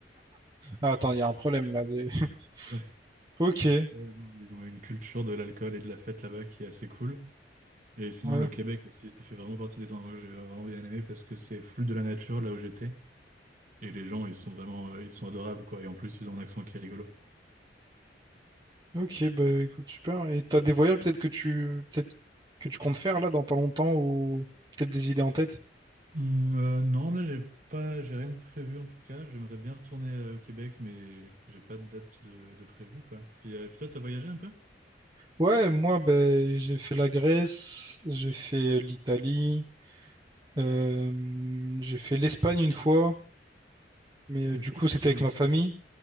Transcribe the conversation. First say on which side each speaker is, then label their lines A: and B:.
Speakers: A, on the right; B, on the right.
A: Ah, attends, il y a un problème là. des- <laughs>
B: Ouais.
A: Ok.
B: Euh, non, Ils ont une culture de l'alcool et de la fête là-bas qui est assez cool. Et sinon,
A: Ouais.
B: le Québec aussi, ça fait vraiment partie des endroits que j'ai vraiment bien aimé parce que c'est full de la nature là où j'étais. Et les gens, ils sont vraiment, euh, ils sont adorables quoi. Et en plus, ils ont un accent qui est rigolo.
A: Ok, bah écoute, super. Et t'as des voyages peut-être que tu peut-être que tu comptes faire là dans pas longtemps ou peut-être des idées en tête?
B: Hmm, euh, non, là, j'ai pas, j'ai rien de prévu en tout cas. J'aimerais bien retourner euh, au Québec, mais j'ai pas de date de, de prévu quoi. Puis, euh, puis toi, t'as voyagé un peu?
A: Ouais, moi, ben j'ai fait la Grèce, j'ai fait euh, l'Italie, euh, j'ai fait l'Espagne une fois. Mais euh,
B: Ok,
A: du coup,
B: t'étais
A: c'était
B: où
A: avec
B: en
A: ma
B: Espagne?
A: famille.